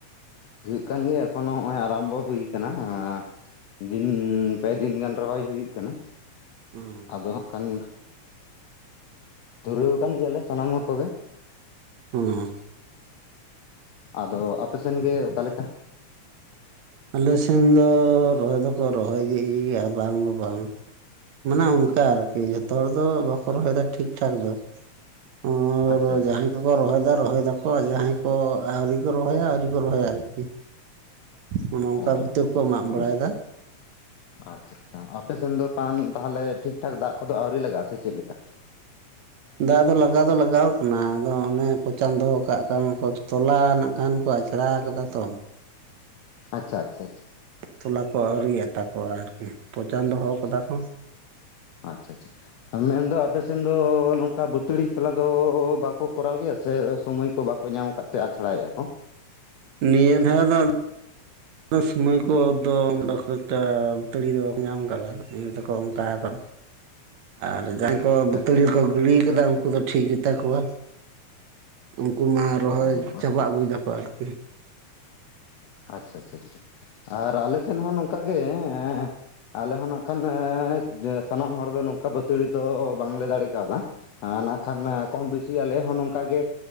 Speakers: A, on the left; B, on the right.
A: ᱦᱩᱭᱩᱜ ᱠᱟᱱ ᱜᱮᱭᱟ ᱮᱠᱷᱚᱱᱚ ᱱᱚᱸᱜᱼᱚᱭ ᱟᱨᱟᱢᱵᱚ ᱦᱩᱭ ᱠᱟᱱᱟ ᱟᱸ ᱫᱤᱱ ᱯᱮ ᱫᱤᱱ ᱜᱟᱱ ᱨᱚᱦᱚᱭ ᱦᱩᱭᱩᱜ ᱠᱟᱱᱟ,
B: ᱦᱩᱸ
A: ᱟᱫᱚ ᱦᱟᱸᱜ ᱠᱷᱟᱱ ᱫᱷᱩᱨᱟᱹᱣ ᱠᱟᱱ ᱜᱮᱭᱟᱞᱮ ᱥᱟᱱᱟᱢ ᱦᱚᱲ ᱠᱚᱜᱮ᱾
B: ᱦᱩᱸ
A: ᱟᱫᱚ ᱟᱯᱮ ᱥᱮᱱ ᱜᱮ ᱚᱠᱟ ᱞᱮᱠᱟ?
B: ᱟᱞᱮ ᱥᱮᱱ ᱫᱚ ᱨᱚᱦᱚᱭ ᱫᱚᱠᱚ ᱨᱚᱦᱚᱭ ᱠᱮᱜ ᱜᱮᱭᱟ ᱵᱟᱝ ᱫᱚ ᱵᱟᱝ ᱢᱟᱱᱮ ᱚᱱᱠᱟ ᱟᱨᱠᱤ ᱡᱷᱚᱛᱚ ᱦᱚᱲ ᱫᱚ ᱵᱟᱠᱚ ᱨᱚᱦᱚᱭᱫᱟ ᱴᱷᱤᱠ ᱴᱷᱟᱠ ᱫᱚ᱾ ᱚ
A: ᱟᱪᱪᱷᱟ ᱟᱪᱪᱷᱟ
B: ᱡᱟᱦᱟᱸᱭ ᱠᱚᱠᱚ ᱨᱚᱦᱚᱭ ᱫᱟ ᱨᱚᱦᱚᱭ ᱫᱟᱠᱚ ᱠᱚ ᱡᱟᱦᱟᱸᱭ ᱠᱚ ᱟᱹᱣᱨᱤ ᱠᱚ ᱨᱚᱦᱚᱭᱟ ᱟᱹᱣᱨᱤ ᱠᱚ ᱨᱚᱦᱚᱭᱟ ᱟᱨᱠᱤ᱾ ᱚᱱᱮ ᱚᱝᱠᱟ
A: ᱟᱪᱪᱷᱟ
B: ᱵᱷᱤᱛᱟᱹ ᱠᱚ ᱢᱟᱜ ᱵᱟᱲᱟᱭᱫᱟ,
A: ᱟᱪᱪᱷᱟ ᱪᱷᱟ ᱪᱷᱟ ᱟᱯᱮ ᱥᱮᱱ ᱫᱚ ᱯᱟᱱ ᱛᱟᱦᱞᱮ ᱴᱷᱤᱠᱼᱴᱷᱟᱠ ᱫᱟᱜ ᱠᱚᱫᱚ ᱟᱹᱣᱨᱤ ᱞᱟᱜᱟᱜᱼᱟ ᱥᱮ ᱪᱮᱫ ᱞᱮᱠᱟ?
B: ᱫᱟᱜ ᱫᱚ ᱞᱟᱜᱟᱣ ᱫᱚ ᱞᱟᱜᱟᱣ ᱠᱟᱱᱟ ᱟᱫᱚ ᱚᱱᱮ ᱯᱚᱪᱟᱱ ᱫᱚᱦᱚ ᱠᱟᱜ ᱠᱟᱱᱟ ᱠᱚ ᱛᱚᱞᱟᱱᱟᱜ ᱠᱷᱟᱱ ᱠᱚ ᱟ ᱪᱷᱟᱲᱟ ᱠᱟᱫᱟ ᱛᱚ᱾
A: ᱟᱪᱪᱷᱟ ᱟᱪᱷᱟ ᱪᱷᱟ᱾
B: ᱛᱚᱞᱟ ᱠᱚ ᱟᱹᱣᱨᱤ ᱟᱛᱟᱠᱚᱣᱟ ᱟᱨᱠᱤ ᱯᱚᱪᱟᱱ ᱫᱚᱦᱚ ᱠᱟᱫᱟ ᱠᱚ᱾
A: ᱟᱪᱪᱷᱟ ᱪᱷᱟ ᱪᱷᱟ᱾ ᱢᱮᱱ ᱫᱚ ᱟᱯᱮ ᱥᱮᱱ ᱫᱚ ᱱᱚᱝᱠᱟ ᱵᱟᱹᱛᱲᱤ ᱛᱚᱞᱟ ᱫᱚ ᱵᱟᱠᱚ ᱠᱚᱨᱟᱣ ᱜᱮᱭᱟ ᱥᱮ ᱥᱚᱢᱚᱭ ᱠᱚ ᱵᱟ ᱠᱚ ᱧᱟᱢ ᱠᱟᱫ ᱛᱮ ᱟᱪᱷᱲᱟᱭᱮᱜᱼᱟ ᱠᱚ?
B: ᱱᱤᱭᱟᱹ ᱫᱷᱟᱣ ᱫᱚ ᱥᱢᱚᱭ ᱠᱚᱫᱚ ᱠᱷᱩᱵ ᱮᱠᱴᱟ ᱵᱟᱹᱛᱟᱹᱲᱤ ᱫᱚ ᱵᱟᱠᱚ ᱧᱟᱢ ᱠᱟᱫᱟ ᱱᱤᱭᱟᱹ ᱛᱮᱠᱚ ᱚᱱᱠᱟ ᱠᱟᱫᱟ᱾ ᱟᱨ ᱡᱟᱦᱟᱸᱭ ᱠᱚ ᱵᱟᱹᱛᱟᱹᱲᱤᱠᱚ
A: ᱟᱪᱪᱷᱟ ᱟᱪᱪᱷᱟ
B: ᱜᱤᱲᱤ ᱠᱟᱫᱟ ᱩᱱᱠᱩ ᱫᱚ ᱴᱷᱤᱠ ᱜᱮᱛᱟ ᱠᱚᱣᱟ᱾ ᱩᱝᱠᱩ ᱢᱟ ᱨᱚᱦᱚᱭ
A: ᱚ ᱟᱪᱪᱷᱟ
B: ᱪᱟᱵᱟ ᱟᱹᱜᱩᱭᱫᱟᱠᱚ ᱟᱨᱠᱤ᱾
A: ᱟᱪ ᱴᱪᱷᱟ ᱪᱷᱟ ᱪᱷᱟ ᱟᱨ ᱟᱞᱮ ᱥᱮᱱ ᱦᱚᱸ ᱱᱚᱝᱠᱟᱜ ᱜᱮ ᱦᱮᱸ ᱮᱸ ᱟᱞᱮ ᱦᱚᱸ ᱱᱟᱸᱜ ᱠᱷᱟᱱ ᱮᱸ ᱥᱟᱱᱟᱢ ᱦᱚᱲ ᱫᱚ ᱱᱚᱝᱠᱟ ᱵᱟᱹᱛᱟᱹᱲᱤ ᱫᱚ ᱵᱟᱝᱞᱮ ᱫᱟᱲᱮ ᱠᱟᱣᱫᱟ᱾ ᱟ ᱱᱟᱜ ᱠᱷᱟᱱ ᱠᱚᱢ ᱵᱮᱥᱤ ᱟᱞᱮ ᱦᱚᱸ ᱱᱚᱝᱠ ᱜᱮ